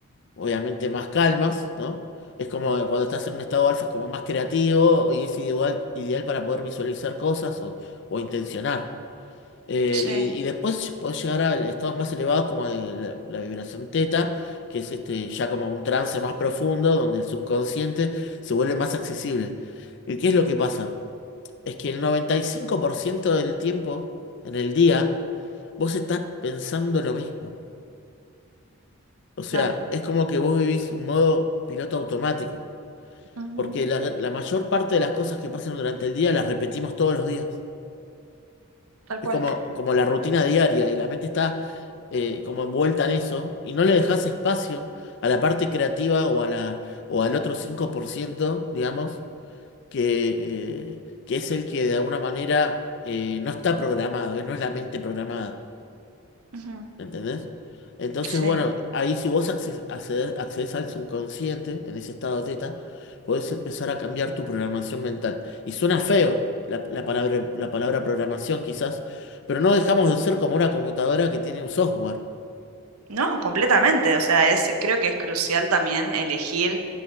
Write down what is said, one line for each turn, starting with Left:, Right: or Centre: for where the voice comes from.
Left: obviamente más calmas, ¿no? Es como que cuando estás en un estado alfa es como más creativo y es ideal, ideal para poder visualizar cosas o, o intencionar. Eh,
Right: Sí,
Left: y, y después podés llegar a estados más elevados como de la, la vibración teta, que es este, ya como un trance más profundo donde el subconsciente se vuelve más accesible. ¿Y qué es lo que pasa? Es que el 95% del tiempo en el día vos estás pensando lo mismo. O sea,
Right: claro.
Left: es como que vos vivís en modo piloto automático.
Right: Ujú,
Left: Porque la, la mayor parte de las cosas que pasan durante el día las repetimos todos los días.
Right: Tal
Left: Es
Right: cual.
Left: como, como la rutina diaria y la mente está eh, como envuelta en eso y no le dejas espacio a la parte creativa o, a la, o al otro 5% digamos, que, eh, que es el que de alguna manera eh, no está programado, eh, no es la mente programada.
Right: Ujú,
Left: ¿Entendés? Entonces,
Right: Sí.
Left: bueno, ahí si vos acces- accedes, accedes al subconsciente, en ese estado teta, podés empezar a cambiar tu programación mental. Y suena feo la, la palabra, la palabra programación quizás, pero no dejamos de ser como una computadora que tiene un software.
Right: No, completamente. O sea, es, creo que es crucial también elegir